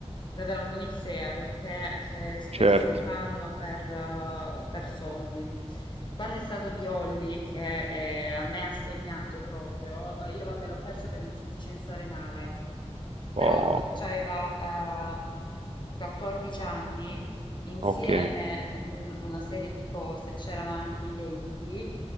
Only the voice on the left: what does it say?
davvero un'olissea perché eh, spesso
lo fanno per, eh, per soldi. Quando è stato di Olly, che eh, a me ha segnato proprio, eh, io vabbè l'ho perso per l'insufficienza renale, però
eh, c'aveva ehm, 14 anni, insieme
mm, una serie di cose, c'erano anche i denti,